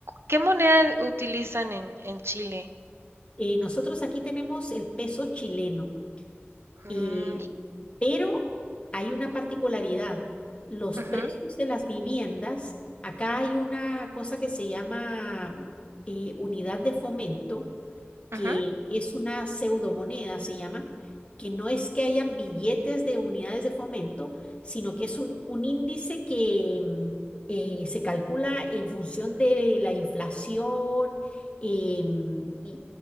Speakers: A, on the right; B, on the left.
A: ¿qué moneda utilizan en, en Chile?
B: Eh, nosotros aquí tenemos el peso chileno.
A: Mm,
B: Eh,
A: y-
B: pero hay una particularidad. Los
A: ujú,
B: precios de las viviendas, acá hay una cosa que se llama eh, unidad de fomento, que
A: ujú,
B: es una pseudomoneda, se llama, que no es que hayan billetes de unidades de fomento, sino que es un, un índice que mm, eh, se calcula en función de la inflación eh, mm, y